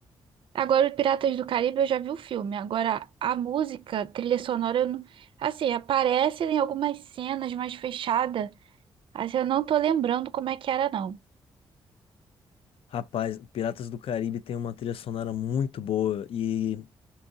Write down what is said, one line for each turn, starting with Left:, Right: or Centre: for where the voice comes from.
Right: Agora, o Piratas do Caribe, eu já vi o filme. Agora, a música, trilha sonora, eu não... assim, aparece em algumas cenas mais fechada. Assim, eu não tô lembrando como é que era, não.
Left: Rapaz, Piratas do Caribe tem uma trilha sonora muito boa, e